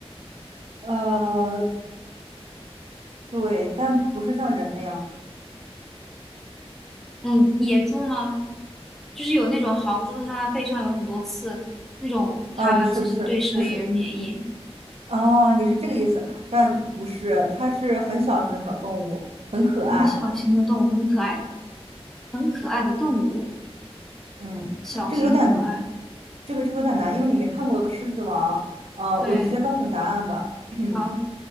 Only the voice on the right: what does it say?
呃，对，但不是像人那样。
啊，不是不是不是啊，你是这个意思，但不是，它是很小型的小动物，很可爱。
嗯，
这个有点，这个这个有点难，因为你没看过《狮子王》。呃，
我直接告诉你答案吧。<clears throat>